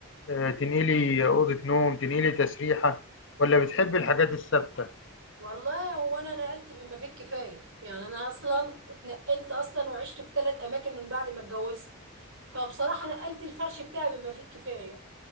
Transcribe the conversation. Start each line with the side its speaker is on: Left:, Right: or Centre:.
Left: آه، تنقلي أوضة نوم تنقلي تسريحة ولا بتحبي الحاجات الثابتة
Right: والله هو انا نقلت بما فيه الكفايه يعني انا اصلا اتنقلت اصلا وعشت في ثلاث اماكن من بعد ما اتجوزت فبصراحه نقلت الفرش بتاعي بما فيه الكفايه